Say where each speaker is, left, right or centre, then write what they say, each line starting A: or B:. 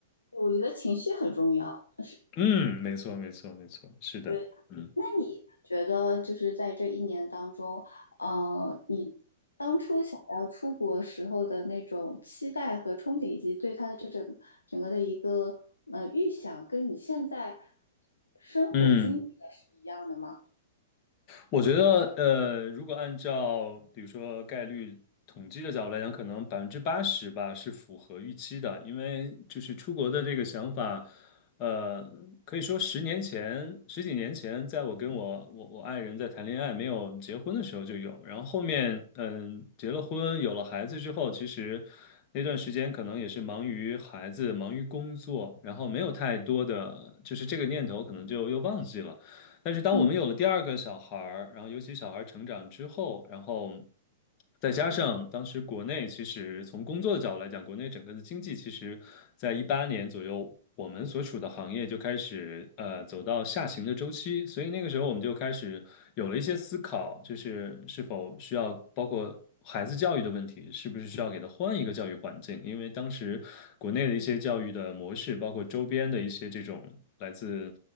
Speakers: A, on the left; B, on the left.
A: 我觉得情绪很重要，是
B: 嗯，没错，没错，没错，是的，
A: 对，
B: 嗯
A: 那你觉得就是在这一年当中，呃，你当初想要出国时候的那种期待和憧憬，以及对它的这整整个的一个呃预想，跟你现在生活经历的是一样的吗？
B: 嗯。我觉得，呃，如果按照比如说概率统计的角度来讲，可能百分之八十吧是符合预期的，因为就是出国的这个想法，呃，可以说十年前、十几年前，在我跟我我我爱人在谈恋爱没有结婚的时候就有，然后后面嗯结了婚有了孩子之后，其实那段时间可能也是忙于孩子、忙于工作，然后没有太多的就是这个念头可能就又忘记了。但是当我们有了第二个小孩儿，
A: 嗯。
B: 然后尤其小孩儿成长之后，然后再加上当时国内其实从工作的角度来讲，国内整个的经济其实在一八年左右，我们所处的行业就开始呃走到下行的周期，所以那个时候我们就开始有了一些思考，就是是否需要包括。孩子教育的问题，是不是需要给他换一个教育环境？因为当时国内的一些教育的模式，包括周边的一些这种来自